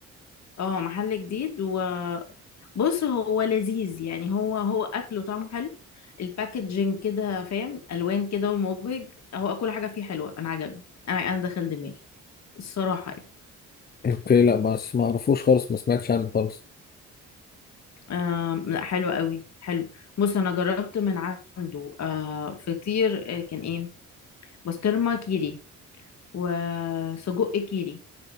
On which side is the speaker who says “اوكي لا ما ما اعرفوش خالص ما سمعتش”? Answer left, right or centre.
Left